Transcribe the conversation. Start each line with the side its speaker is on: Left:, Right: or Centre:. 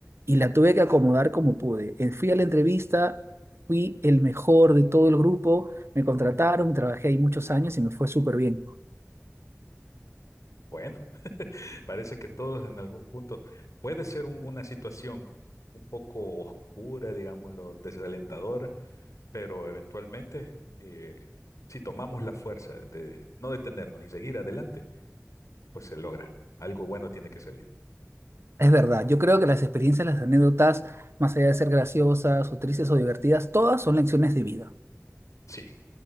Right: y la tuve que acomodar como pude. Eh, Fui a la entrevista, fui el mejor de todo el grupo, me contrataron, trabajé ahí muchos años y me fue súper bien.
Left: Bueno, <laughs> parece que todos en algún punto puede ser un- una situación un poco oscura, digámoslo, desalentadora, pero eventualmente, eh, si tomamos la fuerza de no detenernos y seguir adelante, pues se logra. Algo bueno tiene que salir.
Right: Es verdad, yo creo que las experiencias, las anécdotas, más allá de ser graciosas o tristes o divertidas, todas son lecciones de vida.
Left: Sí.